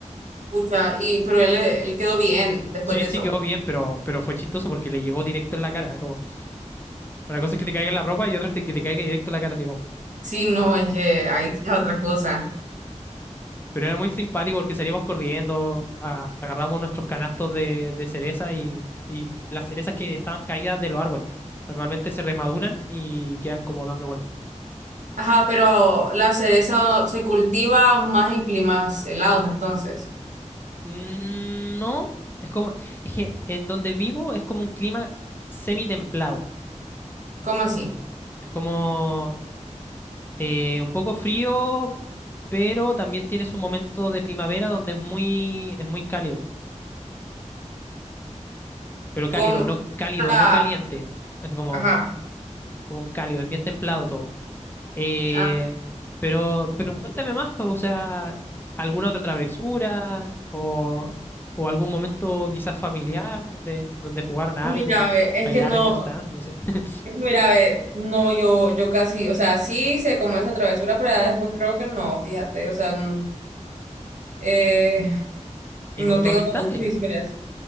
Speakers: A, on the right (about 75°); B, on the left (about 15°).
A: pucha. Y, pero él, él quedó bien después
B: Sí,
A: de
B: sí
A: eso.
B: quedó bien, pero, pero fue chistoso porque le llegó directo en la cara. Como, una cosa es que te caiga en la ropa y otra es que te caiga directo en la cara. Así, como,
A: Sí, no, es que ahí es otra cosa.
B: Pero era muy simpático porque salíamos corriendo, a- agarramos nuestros canastos de, de cereza y, y las cerezas que estaban caídas de los árboles. Normalmente se remaduran y quedan como dando vueltas.
A: Ajá, pero la cereza se cultiva más en climas helados, entonces.
B: Mm, No, es como, es que en donde vivo es como un clima semi-templado.
A: ¿Cómo así?
B: Es como eh, un poco frío, pero también tiene su momento de primavera donde es muy, es muy cálido. Pero cálido,
A: ¿Cómo?
B: no, cálido,
A: la-
B: no caliente. Es como,
A: Ajá.
B: como un cálido, es bien templado todo. Eh,
A: Ah,
B: pero, pero cuéntame más, o sea, ¿alguna otra travesura o, o algún momento quizás familiar donde, donde jugaron a
A: mira,
B: algo,
A: ve, es
B: bailaron
A: que no.
B: Just Dance, no sé, <laughs>
A: Mira, ve, no, yo, yo casi, o sea, sí hice como esa travesura, pero ya después creo que no, fíjate, o sea, n- eh, no
B: ni con tus
A: tengo
B: amistades?
A: como muchas historias.